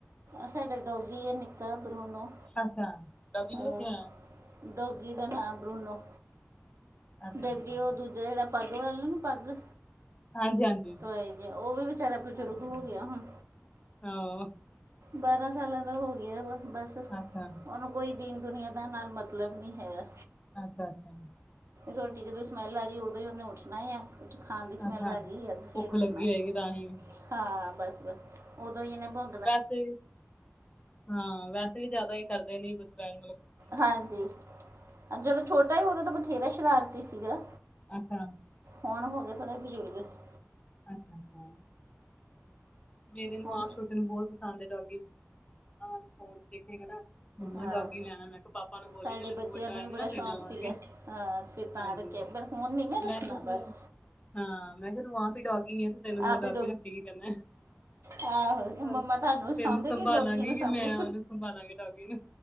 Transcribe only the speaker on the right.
ਸਾਡਾ ਡੋਗੀ ਆ ਨਿੱਕਾ ਬਰੂਨੋ।
ਆ
ਡੋਗੀ ਦਾ ਨਾਂ ਬਰੁਣੋ।
ਡੱਗੀ।
ਉਹ ਦੂਜ਼ਾ ਜਿਹੜਾਂ ਪਗ ਵਲ ਨੀਂ ਪੱਗ।
ਉਹ ਵੀ ਵਿਚਾਰਾਂ ਬਜ਼ੁਰਗ
ਹੋ ਗਿਆਂ ਹੁਣ।
ਬਾਰਾਂ ਸਾਲਾਂ ਦਾ ਹੋ ਗਿਆਂ ਵਾ ਬਸ
ਉਹਨੂੰ ਕੋਈ ਦੀਨ ਦੁਨੀਆਂ ਦਾ ਨਾਲ਼ ਮੱਤਲਬ ਨੀਂ ਹੈਗਾ।
ਰੋਟੀ ਜਦੋਂ ਸਮੈਲ ਆਗੀ। ਉਦੋਂ ਹੀ ਉਹਨੇਂ ਉੱਠਣਾ ਐ। ਕੁੱਝ ਖਾਣ ਦੀ ਸਮੈਲ
ਆ ਗਈ ਫ਼ਿਰ
ਉੱਠਣਾ।
ਹਾਂ ਬਸ ਬਸ ਉਦੋਂ ਹੀ ਇਹਨੇ ਮੋਹ।
ਹਾਂਜੀ ਜਦੋਂ ਛੋਟਾਂ ਹੀ। ਉਦੋਂ ਤਾਂ ਬਥੇਰਾ ਸ਼ਰਾਰਤੀ ਸੀਗਾ।
ਹੁਣ ਹੋਂਗੇ ਥੋੜੇ ਬਜ਼ੁਰਗ਼।
ਹੁਣ
ਹਾਂ
ਸਾਡੇ
ਬੱਚਿਆਂ
ਨੂੰ
ਵੀ ਬੜਾ
ਸ਼ੌਂਕ
ਸੀਗਾ ਹਾਂ ਫ਼ਿਰ ਤਾਂ
ਰੱਖਿਆਂ। ਪਰ ਹੁਣ ਨ੍ਹੀਂ ਮੈਂ ਰੱਖਣਾਂ
ਬਸ।
ਆਪ
ਹੀ
ਆਹੋ
ਮੰਮਾ ਤੁਹਾਨੂੰ ਸਾਂਭੇਗੀ
ਡੋਗੀ ਨੂੰ ਸਾਂਭੂ